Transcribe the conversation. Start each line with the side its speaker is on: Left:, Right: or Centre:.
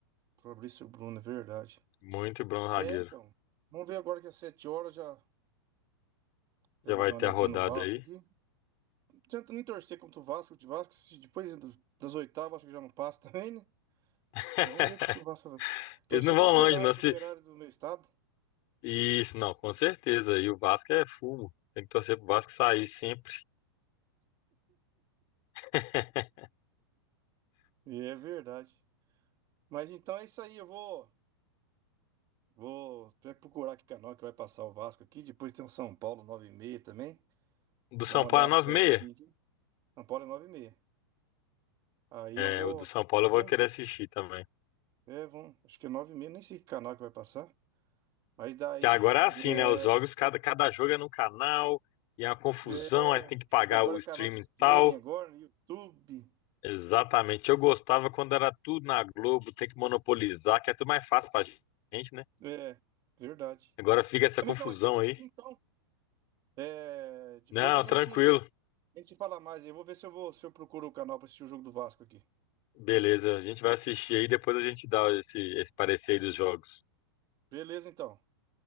Right: Fabrício Bruno, é verdade.
Left: Muito bom zagueiro.
Right: É, então. Vamos ver agora que às sete horas já, já
Left: Já
Right: vou
Left: vai
Right: dar uma
Left: ter
Right: olhadinha
Left: a rodada
Right: no Vasco
Left: aí.
Right: aqui. Não adianta nem torcer contra o Vasco, de Vasco, se depois do- das oitavas, acho que já não passa também, né?
Left: <laughs>
Right: Mas vamos ver o que que o Vasco vai fazer.
Left: Eles
Right: Torcer
Left: não vão
Right: pro Operário,
Left: longe, não. Se...
Right: que o Operário é do meu estado.
Left: Isso, não, com certeza. E o Vasco é fumo. Tem que torcer pro Vasco sair sempre. <laughs>
Right: E é verdade. Mas então é isso aí, eu vou, vou procurar que canal que vai passar o Vasco aqui. Depois tem o São Paulo nove e 30 também.
Left: Do
Right: Vou
Left: São
Right: dar uma
Left: Paulo
Right: olhada
Left: é nove
Right: certinho
Left: e meia.
Right: aqui. São Paulo é 9h30. Aí
Left: É,
Right: eu vou.
Left: o do São Paulo eu
Right: Vamos,
Left: vou querer assistir também.
Right: é, vamos. Acho que é 9h30, nem sei que canal que vai passar. Mas daí.
Left: Que agora é assim,
Right: É,
Left: né? Os jogos, cada, cada jogo é num canal, e é uma confusão,
Right: é,
Left: aí tem que pagar
Right: e agora
Left: o streaming
Right: é canal de streaming,
Left: e tal.
Right: agora, no YouTube.
Left: Exatamente. Eu gostava quando era tudo na Globo, tem que monopolizar, que é tudo mais fácil pra gente, né?
Right: É, verdade.
Left: Agora fica essa
Right: Amigão,
Left: confusão
Right: mas fica
Left: aí.
Right: assim então. É, depois
Left: Não,
Right: a gente.
Left: tranquilo.
Right: A gente fala mais aí. Eu vou ver se eu vou, se eu procuro o canal pra assistir o jogo do Vasco aqui.
Left: Beleza, a gente vai assistir aí, depois a gente dá esse, esse parecer aí dos jogos.
Right: Beleza, então.